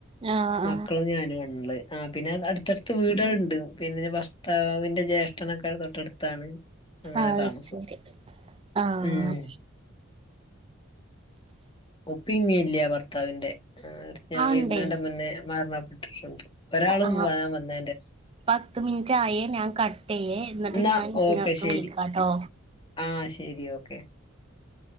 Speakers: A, on the right; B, on the left.
A: ആഹ്
B: മക്കളും ഞാനുവാ ഉള്ളെ ആഹ് പിന്നെ അടുത്തടുത്ത് വീടുകളുണ്ട് പിന്നെ ഭർത്താവിന്റെ ജ്യേഷ്ഠനൊക്കെ തൊട്ടടുത്താണ് അങ്ങനെ
A: ആഹ്
B: താമസം
A: അത് ശരി ആഹ്
B: ഉം ഉപ്പേം ഉമ്മേം ഇല്ല ഭർത്താവിന്റെ ഞാൻ
A: ആണ്ടേ
B: വരണേന് മുന്നേ മരണപ്പെ ഒരാള് <unintelligible>
A: ആഹ് പത്ത് മിനിറ്റ് ആയേ ഞാൻ കട്ട് ചെയ്യേ എന്നിട്ട്
B: ന്നാ
A: ഞാൻ നിങ്ങൾക്ക്
B: ഓക്കെ ശരി
A: വിളിക്കാട്ടോ
B: ആഹ് ശരി ഓക്കെ